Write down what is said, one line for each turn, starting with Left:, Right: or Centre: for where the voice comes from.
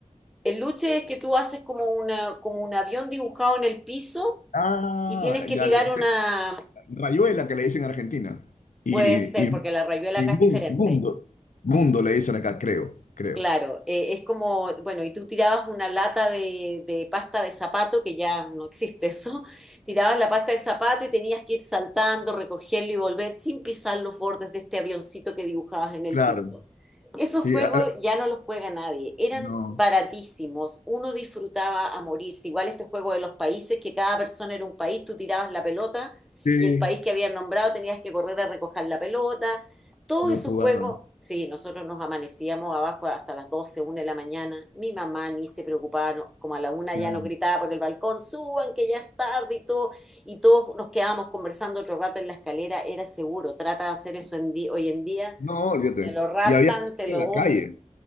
Centre: El luche es que tú haces como una, como un avión dibujado en el piso
Left: Ah,
Centre: y tienes que
Left: ya
Centre: tirar
Left: le dicen
Centre: una,
Left: rayuela que le dicen en Argentina. Y,
Centre: puede ser,
Left: y,
Centre: porque la rayuela
Left: y
Centre: acá
Left: mu-
Centre: es diferente.
Left: mundo, mundo le dicen acá, creo, creo.
Centre: Claro, eh, es como, bueno, y tú tirabas una lata de, de pasta de zapato, que ya no existe eso, <laughs> tirabas la pasta de zapato y tenías que ir saltando, recogerlo y volver sin pisar los bordes de este avioncito que dibujabas en el
Left: Claro,
Centre: piso. Esos
Left: sí,
Centre: juegos
Left: a- a-
Centre: ya no los juega nadie, eran
Left: no,
Centre: baratísimos, uno disfrutaba a morirse, igual este juego de los países, que cada persona era un país, tú tirabas la pelota
Left: sí,
Centre: y el país que habían nombrado tenías que correr a recoger la pelota, todos
Left: lo
Centre: esos
Left: jugaba,
Centre: juegos, sí, nosotros nos amanecíamos abajo hasta las doce una de la mañana. Mi mamá ni se preocupaba, no- como a la una
Left: claro.
Centre: ya nos gritaba por el balcón, suban que ya es tarde y todo. Y todos nos quedábamos conversando otro rato en la escalera, era seguro. Trata de hacer eso en di- hoy en día,
Left: No, olvídate.
Centre: te lo raptan,
Left: Y había gente
Centre: te lo...
Left: en la
Centre: Uf,
Left: calle.